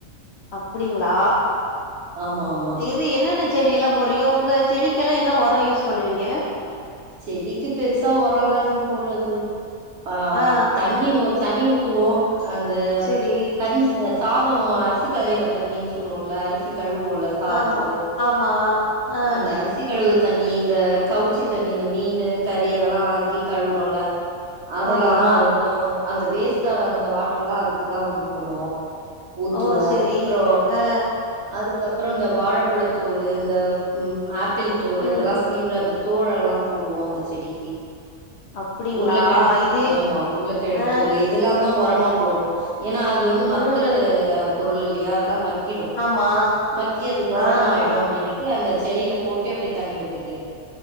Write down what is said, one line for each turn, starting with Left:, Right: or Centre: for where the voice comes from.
Left: அப்டிங்களா
Right: ஆமா ஆமா
Left: இது என்னன்ன செடி எல்லா போடுறீங்க உங்க செடிக்கெல்லா என்ன உரம் யூஸ் பண்ணுவீங்க
Right: செடிக்கு பெருசா உர ஏதுவு போடல தோழி ஆஹ்
Left: ஆ
Right: தன் தண்ணி ஊத்துவோ அந்த
Left: செரி
Right: கன் சாதம் அரிசி காயிற தண்ணின்னு சொல்லுவோம்ல அரிசி கழுவோம்ல சாதத்துக்கு
Left: ஆமா ஆமா ஆ
Right: அந்த அரிசி கழுவுறு தண்ணி இந்த கவுச்சி தண்ணி இந்த மீன் கறி அதெல்லா வாங்கி கழுவுறோம்ல அதெல்லாமு
Left: ஆமா
Right: அதுலதா அந்த வேஸ்ட் வற அந்த வாட்டர் எல்லா அதுக்குதா பண்ணுவோ ஊத்துவே
Left: ஓ செரி
Right: அப்பற
Left: ஆ
Right: அதுக்கப்புற இந்த வாழைப்பழத்தோள் இந்த ஆப்பிள் தோள்
Left: ம்
Right: இதெல்லா சீவிர அந்த தோ தோழெல்லா போடுவோ அந்த செடிக்கு
Left: அப்டிங்களா
Right: ஊருலக்கிழ
Left: இது
Right: ஆமா ஊருலக்கிழ
Left: ஆ
Right: இதெலன தான உரமா போடுற ஏன்னா அது வந்து மக்கற
Left: ம்
Right: பொருள் இல்லையா அதெல்லா மக்கி மக்கிடு
Left: ஆமா
Right: மக்கி அது உரமாயிடு
Left: ஆ ஆ
Right: அப்டின்னுட்டு அந்த செடியில போட்டே அப்டியே தண்ணி ஊத்திக்க